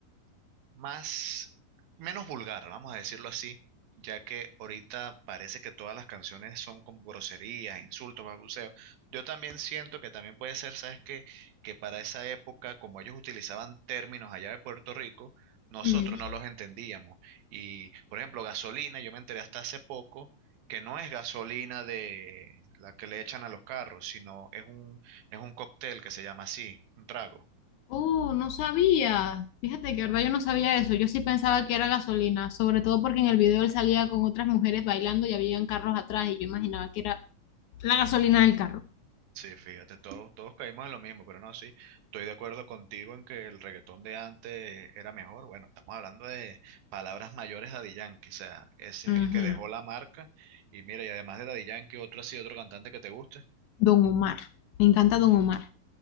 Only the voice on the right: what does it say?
más, menos vulgar, vamos a decirlo así, ya que ahorita parece que todas las canciones son con groserías, insultos, balbuceos. Yo también siento que también puede ser, ¿sabes qué? Que para esa época, como ellos utilizaban términos allá de Puerto Rico, nosotros
no los entendíamos. Y, por ejemplo, gasolina, yo me enteré hasta hace poco. que no es gasolina de la que le echan a los carros, sino es un, es un cóctel que se llama así, un trago.
Sí, fíjate, todos, todos caímos en lo mismo, pero no, sí, estoy de acuerdo contigo en que el reggaetón de antes era mejor. Bueno, estamos hablando de palabras mayores de Daddy Yankee, o sea, ese
es el que dejó la marca. Y mira, y además de Daddy Yankee, otro así, otro cantante que te guste.